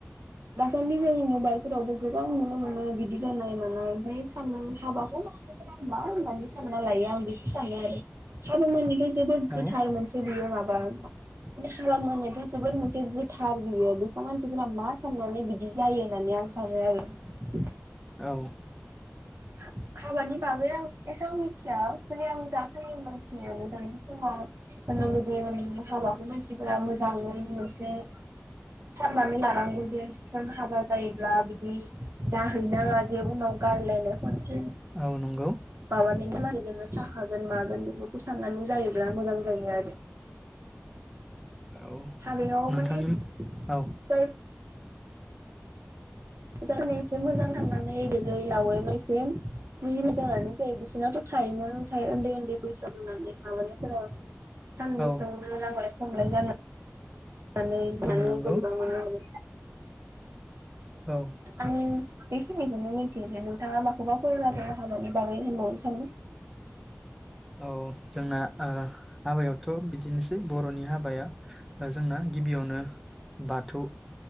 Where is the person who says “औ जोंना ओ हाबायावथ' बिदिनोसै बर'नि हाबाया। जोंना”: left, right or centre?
Centre